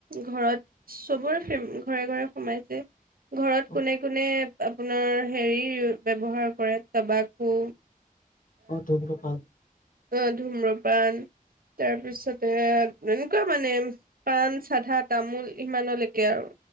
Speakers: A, on the right; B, on the left.
A: ঘৰত চবৰে ফিম ঘৰে ঘৰে সোমাইছে। ঘৰত
B: অ
A: কোনে কোনে আপোনাৰ হেৰি ব্যৱহাৰ কৰে তবাকু
B: অঁ ধুম্ৰপান।
A: অঁহ ধুম্ৰপান তাৰপিছতে এনেকুৱা মানে পাণ, চাধা, তামোল ইমানলেকে আৰু।